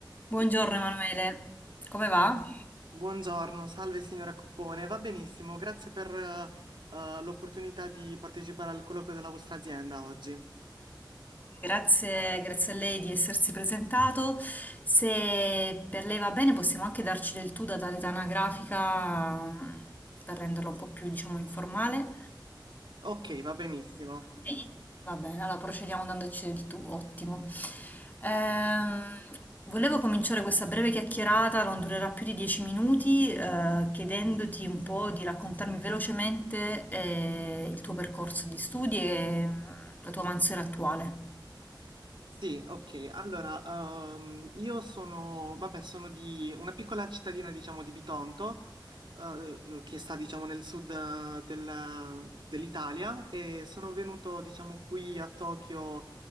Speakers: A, on the left; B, on the right.
A: Buongiorno Emanuele, come va?
B: Buongiorno, salve signora Coppone, va benissimo, grazie per eh, eh, l'opportunità di partecipare al colloquio della vostra azienda oggi.
A: Grazie, grazie a lei di essersi presentato. Se per lei va bene, possiamo anche darci del tu da tale anagrafica mm, per renderla un po' più, diciamo, informale.
B: Ok, va benissimo.
A: Sì. Va bene, allora procediamo dandoci del tu, ottimo. Ehm, volevo cominciare questa breve chiacchierata, non durerà più di dieci minuti, eh, chiedendoti un po' di raccontarmi velocemente, eh, il tuo percorso di studi e la tua mansione attuale.
B: Sì, ok. Allora, ehm, io sono, vabbè, sono di una piccola cittadina, diciamo, di Bitonto, eh, eh, che sta, diciamo, nel sud eh, della- dell'Italia e sono venuto, diciamo, qui a Tokyo,